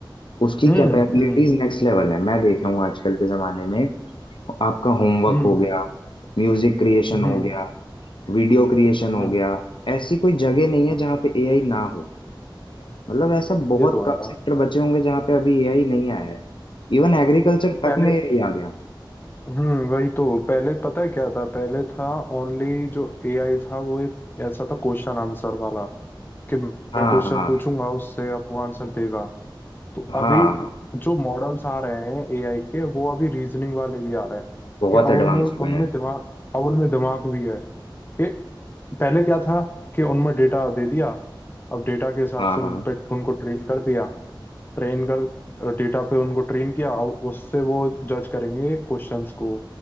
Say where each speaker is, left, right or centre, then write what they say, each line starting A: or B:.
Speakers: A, on the left; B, on the left.
A: उसकी
B: हम्म
A: कैपेबिलिटीज
B: हम्म
A: नेक्स्ट लेवल है मैं देख रहा हूँ आजकल के जमाने में आपका होमवर्क
B: हम्म
A: हो गया म्यूजिक क्रिएशन
B: हम्म
A: हो गया वीडियो क्रिएशन
B: हम्म
A: हो गया ऐसी कोई जगह नहीं है
B: हम्म,
A: जहाँ पे एआई ना हो मतलब ऐसा बहुत
B: ये तो
A: कम
B: है यार
A: सेक्टर बचे होंगे जहाँ पे अभी एआई नहीं आया है इवन एग्रीकल्चर
B: पहले
A: तक में एआई आ गया
B: हम्म वही तो पहले पता है क्या था पहले था ओनली जो एआई था वो एक ऐसा था क्वेश्चन आंसर वाला कि मैं
A: हाँ
B: क्वेश्चन
A: हाँ
B: पूछूंगा उससे अब वो आंसर देगा तो अभी
A: हाँ
B: जो मॉडल्स आ रहे हैं एआई के वो अभी रीजनिंग वाले भी आ रहे हैं
A: बहुत
B: कि अब
A: एडवांस
B: उनमें
A: हो गया
B: उनमें
A: है
B: दिमाग अब उनमें दिमाग भी है कि पहले क्या था कि उनमें डेटा दे दिया अब डेटा के हिसाब
A: हाँ
B: से
A: हाँ
B: उन पे उनको ट्रेन कर दिया ट्रेन कर डेटा पे उनको ट्रेन किया अब उससे वो जज करेंगे क्वेश्चंस को